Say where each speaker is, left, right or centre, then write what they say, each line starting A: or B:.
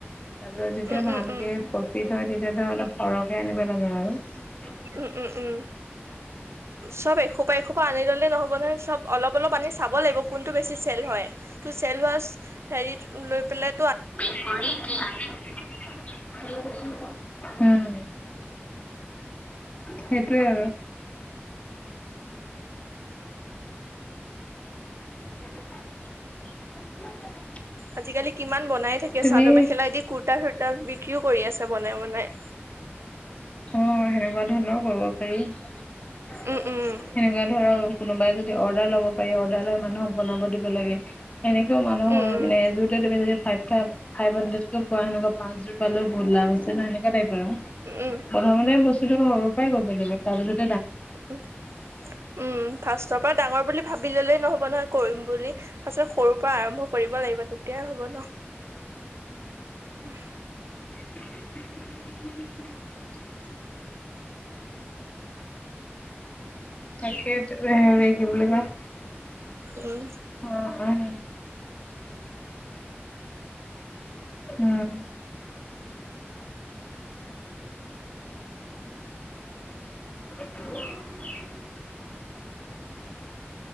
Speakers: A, on the left; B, on the right.
A: তাৰপিছত যেতিয়া
B: উম
A: ভালকে
B: উম উম
A: প্ৰফিট হয়, তেতিয়া ধৰ অলপ সৰহকে আনিব লাগে আৰু ।
B: উম উম উম চব এসোপা এসোপা আনি ললে নহ'ব নহয়, চব অলপ অলপ আনি চাব লাগিব। কোনটো বেছি চেল হয় । টু চেলভাছ হেৰিটো লৈ পেলাই,
A: বক কি হ <unintelligible> উম। সেইটো । ক <unintelligible> <inaudible>
B: আজিকালি কিমান বনাই থাকে,
A: তুমি
B: চাদৰ মেখেলাদি কুৰ্তা চুুৰ্তা বিক্ৰীও কৰি আছে । বনাই বনাই।
A: অ সেনেকুৱা ধৰণৰও কৰিব পাৰি। সেনেকুৱা
B: উম উম
A: ধৰ আৰু । কোনোবাই যদি অৰ্ডাৰ লব পাৰি, অৰ্ডাৰ লোৱা মানুহক বনাব দিব লাগে । সেনেকোৱা মানুহৰ
B: উম
A: মানে এযোৰতে তুমি যদি, ফাইভ ফাইভ হাণ্ড্ৰেডকে পোৱা সেনেকুৱা পাঁচযোৰ পালে বহুত লাভ আছে ন । এগতোইপো <unintelligible>
B: উম উম
A: প্ৰথমতে বস্তুতটো সৰুৰ পৰাই ক'ব । তাৰপিছত,
B: উ উম ফাষ্টৰ পৰা ডাঙৰ বুলি ভাবি ললেই নহ'ব নহয় কৰিম বুলি । আচলতে সৰু পৰা আৰম্ভ, কৰিব লাগিব । তেতিয়াই হ'ব ন । উম ।
A: <unintelligible> তাকে হেৰি কি বুলি কয়
B: উ <inaudible>
A: অ', অ', উম <unintelligible>